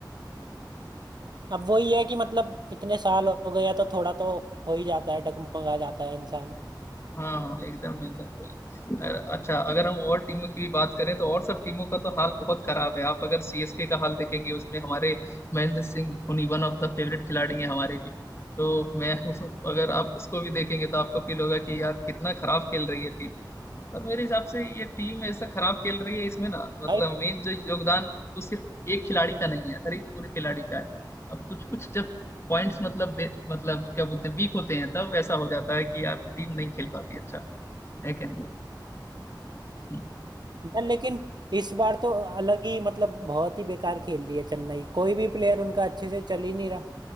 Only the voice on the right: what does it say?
अब वही है कि मतलब इतने साल हो गए हैं तो थोड़ा तो हो ही जाता है डगमगा जाता है इंसान
भाई
यार लेकिन इस बार तो अलग ही मतलब बहुत ही बेकार खेल रही है चेन्नई कोई भी प्लेयर उनका अच्छे से चल ही नहीं रहा